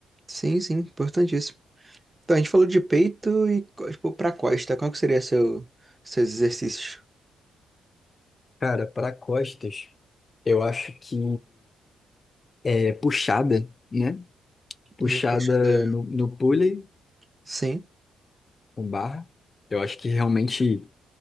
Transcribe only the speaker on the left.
Cara, para costas, eu acho que é puxada, né? Puxada
no, no pulley,
com barra. Eu acho que realmente